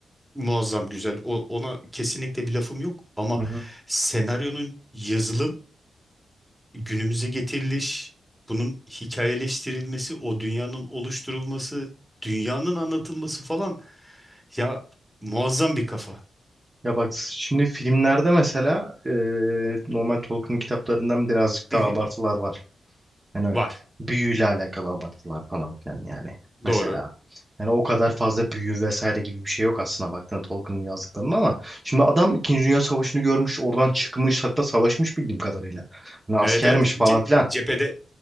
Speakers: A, in the centre; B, on the right.
A: Muazzam güzel. O, ona kesinlikle bir lafım yok ama
B: hı. hı.
A: senaryonun yazılım, günümüze getiriliş, bunun hikayeleştirilmesi, o dünyanın oluşturulması, dünyanın anlatılması falan ya muazzam bir kafa.
B: Ya bak şimdi filmlerde mesela e, normal Tolkien kitaplarından birazcık daha
A: Hı hı,
B: abartılar var. Yani öyle
A: var.
B: büyüyle alakalı abartılar falan filan yani. Mesela
A: Doğru.
B: yani o kadar fazla büyü vesaire gibi bir şey yok aslında baktığında Tolkien'in yazdıklarında ama şimdi adam İkinci Dünya Savaşı'nı görmüş oradan çıkmış hatta savaşmış bildiğim kadarıyla. Hani askermiş
A: Evet evet.
B: falan
A: Ce-
B: filan.
A: cephede